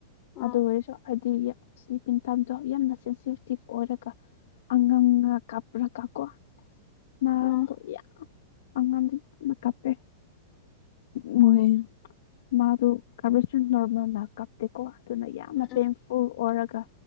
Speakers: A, on the left; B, on the left.
A: ꯑꯥ
B: ꯑꯗꯨ ꯑꯣꯏꯔꯁꯨ ꯍꯥꯏꯗꯤ ꯁ꯭ꯂꯤꯞꯄꯤꯡ ꯇꯥꯏꯝꯗꯣ ꯌꯥꯝꯅ ꯁꯦꯟꯁꯤꯇꯤꯞ ꯑꯣꯏꯔꯒ ꯑꯉꯥꯡꯒ ꯀꯥꯞꯄ꯭ꯔꯒ ꯀꯣ ꯉꯔꯥꯡꯗꯣ
A: ꯑꯥ
B: ꯌꯝ ꯑꯉꯥꯡꯗꯤꯅ ꯀꯞꯄꯦ ꯎꯝ
A: ꯍꯣꯏ
B: ꯃꯥꯗꯨ ꯀꯕꯔꯦꯖꯇꯨ ꯅꯣꯔꯃꯦꯜꯅ ꯀꯥꯞꯇꯦꯀꯣ ꯑꯗꯨꯅ ꯌꯥꯝꯅ
A: ꯎꯝ ꯎꯝ
B: ꯄꯦꯟꯐꯨꯜ ꯑꯣꯏꯔꯒ